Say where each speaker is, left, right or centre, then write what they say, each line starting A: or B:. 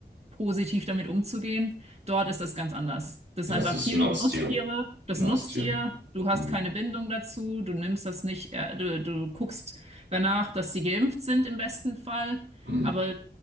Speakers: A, on the right; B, on the right.
A: positiv damit umzugehen. Dort ist das ganz anders. Das
B: Ja,
A: ist einfach
B: es ist
A: Tiere
B: ein Nutztier.
A: sind Nutztiere, das
B: Nutztier.
A: ist ein Nutztier, du hast
B: Mhm.
A: keine Bindung dazu, du nimmst das nicht, äh, du, du guckst danach, dass sie geimpft sind im besten Fall,
B: Mhm.
A: aber